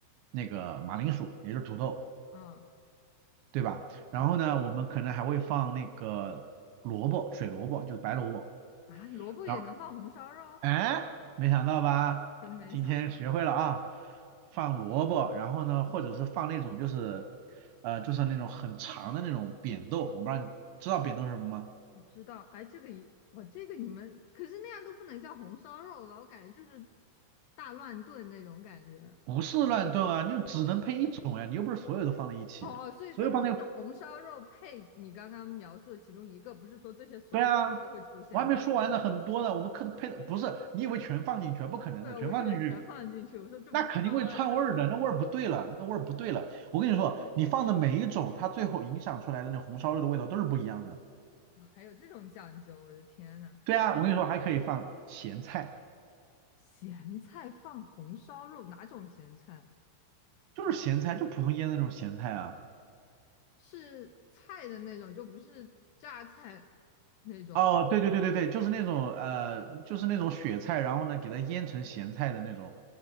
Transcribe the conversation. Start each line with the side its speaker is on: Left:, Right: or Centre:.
Right: 那个马铃薯，也就是土豆，
Left: 啊？
Right: 对吧？然后呢，
Left: 对
Right: 我们可能还会放那个萝卜，水萝卜，就是白萝卜。
Left: 啊，萝卜也能放红烧肉，
Right: 然后，哎，没想到吧？
Left: 真没想到。
Right: 今天学会了啊，放萝卜，然后呢，或者是放那种就是呃，就是那种很长的那种扁豆，我不知道你知道扁豆是什么吗？
Left: 我知道，哎，这个一哇，这个你们可是那样都不能叫红烧肉吧？我感觉就是大乱炖那种感觉。
Right: 不是乱炖啊，你就只能配一种呀，你又不是所有都放在一起，
Left: 哦哦，所以说你是红烧肉配你刚刚描述的其中一个，
Right: 所有放在
Left: 不是说这些所有都会出现在红烧肉？
Right: 对啊，我还没说完呢，很多呢。我们课的配的不是，你以为全放进去啊，不可能的，
Left: 对啊，
Right: 全放进去
Left: 我以为全放进去，我说这不就大乱炖？
Right: 那肯定会串味儿的，那味儿不对了，那味儿不对了。我跟你说，你放的每一种，它最后影响出来的那红烧肉的味道都是不一样的。
Left: <laughs> 哇，还有这种讲究，我的天呐！
Right: 对啊，我跟你说，还可以放咸菜，
Left: 咸菜放红烧肉，哪种咸菜？
Right: 就是咸菜，就普通腌的那种咸菜啊。
Left: 是菜的那种，就不是榨菜那种。
Right: 哦，对对对对对，就是那种呃，就是那种雪菜，然后呢，给它腌成咸菜的那种，